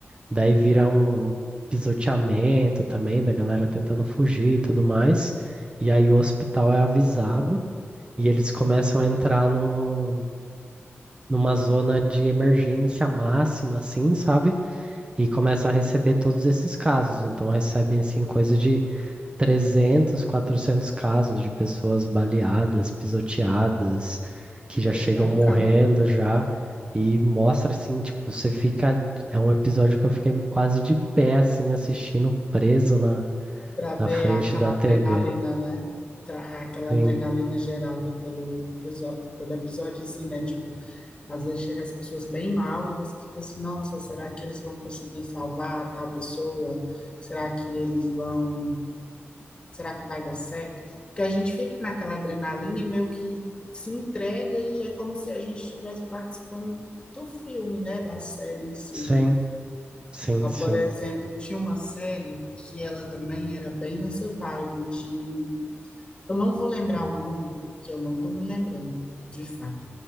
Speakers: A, on the right; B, on the left.
A: Daí vira um pisoteamento também da galera tentando fugir e tudo mais. E aí o hospital é avisado e eles começam a entrar num, numa zona de emergência máxima, assim, sabe? E começam a receber todos esses casos. Então recebem, assim, coisa de 300, 400 casos de pessoas baleadas, pisoteadas, que já
B: Bem
A: chegam
B: bacana.
A: morrendo já. E mostra assim, tipo, você fica. É um episódio que eu fiquei quase de pé, assim, assistindo, preso na,
B: para ver
A: na frente
B: aquela
A: da TV.
B: adrenalina, né? Tra- Aquela
A: Sim,
B: adrenalina gerada pelo, episo- pelo episódio em si, né? Tipo, às vezes chega as pessoas bem mal e você fica assim, nossa, será que eles vão conseguir salvar tal pessoa? Será que eles vão? Será que vai dar certo? Porque a gente fica naquela adrenalina e meio que se entrega e é como se a gente estivesse participando do filme, né? Da série em si.
A: sim, sim,
B: Ah,
A: sim.
B: por exemplo, tinha uma série que ela também era bem nessa vibe de eu não vou lembrar o nome, porque eu não tô me lembrando, de fato.